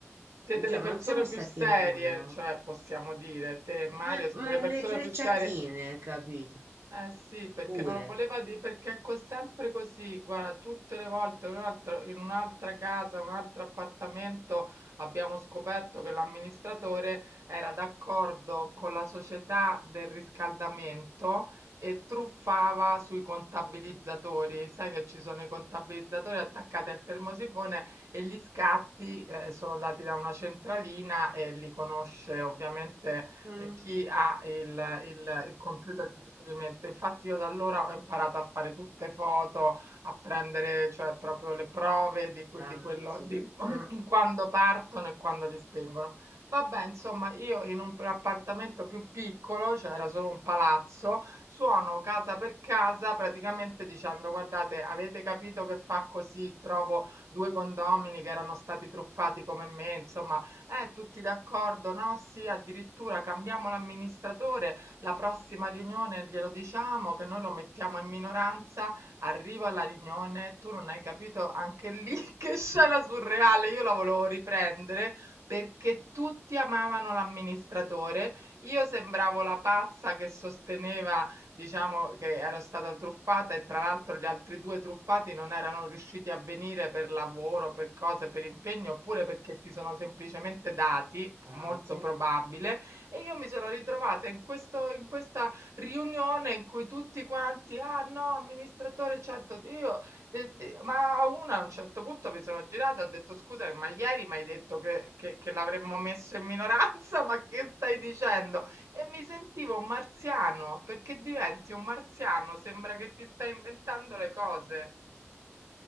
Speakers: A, on the right (about 80°); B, on the right (about 60°).
A: Siete
B: cioè,
A: le persone
B: ma non siamo stati
A: più serie,
B: noi, no?
A: cioè possiamo dire, te e Mario
B: Ma,
A: siete
B: ma
A: le persone
B: le frecciatine,
A: più serie.
B: capito?
A: Eh sì, perché
B: Pure.
A: non voleva di perché è co- sempre così, guarda, tutte le volte in un'altra in un'altra casa, un altro appartamento abbiamo scoperto che l'amministratore era d'accordo con la società del riscaldamento e truffava sui contabilizzatori. Sai che ci sono i contabilizzatori attaccati al termosifone e gli scatti eh, sono dati da una centralina e li conosce ovviamente
B: Mm,
A: eh, chi ha il, il- il computer di riferimento. Infatti io da allora ho imparato a fare tutte foto, a prendere cioè proprio le prove di, que-
B: dati,
A: di quello di <clears throat>
B: ah,
A: quando partono e quando li spengono. Vabbè, insomma, io in un appartamento più piccolo, cioè era solo un palazzo, suono casa per casa praticamente dicendo: Guardate, avete capito che fa così? Trovo due condomini che erano stati truffati come me, insomma, eh, tutti d'accordo, no? Sì, addirittura cambiamo l'amministratore, la prossima riunione glielo diciamo che noi lo mettiamo in minoranza, arrivo alla riunione, tu non hai capito anche lì <laughs> che scena surreale, io la volevo riprendere perché tutti amavano l'amministratore, io sembravo la pazza che sosteneva diciamo che ero stata truffata e tra l'altro gli altri due truffati non erano riusciti a venire per lavoro, per cose, per impegno, oppure perché si sono semplicemente dati, p-
B: dati,
A: molto probabile, e io mi sono ritrovata in questo, in questa riunione in cui tutti quanti, ah no, amministratore, certo, io, de- de- ma a una a un certo punto mi sono girata e ho detto scusa, ma ieri mi hai detto che, che che l'avremmo messo in minoranza, <laughs> ma che stai dicendo? E mi sentivo un marziano, perché diventi un marziano, sembra che ti stai inventando le cose,